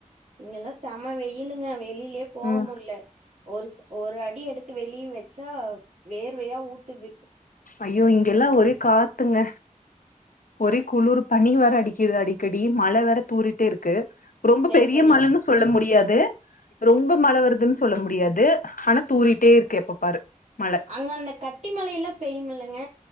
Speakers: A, on the right; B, on the left.
A: இங்கெல்லா செம வெயிலுங்க வெளிலே போக
B: ம்
A: முட்ல ஒருஸ் ஒரு அடி எடுத்து வெளிய வெச்சா வேர்வையா ஊத்துது
B: ஐயோ இங்கெல்லா ஒரே காத்துங்க ஒரே குளுர் பனி வேற அடிக்குது அடிக்கடி மழ வேற தூறிட்டே இருக்கு ரொம்ப
A: சேரி
B: பெரிய
A: சேரிங்க
B: மழன்னு சொ சொல்ல முடியாது ரொம்ப மழ வருதுன் சொல்ல முடியாது ஆனா தூறிட்டே இருக்கு எப்ப பாரு மழ
A: அங்க அந்த கட்டி மழையெல்லா பெய்யுமிலங்க